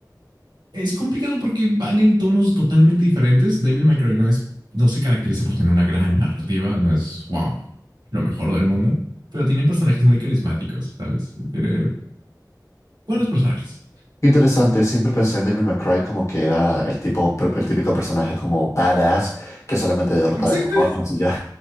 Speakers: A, on the right; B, on the left.
A: Es complicado porque van en tonos totalmente diferentes. Devil May Cry no es, no se caracteriza por tener una gran narrativa, no es wow, lo mejor del mundo, pero tienen personajes muy carismáticos, ¿sabes? Tiene buenos personajes.
B: Qué Interesante, siempre pensé en Devil May Cry como que era el tipo, per- el típico personaje como badass que solamente derrota
A: Exacto,
B: demonios y ya.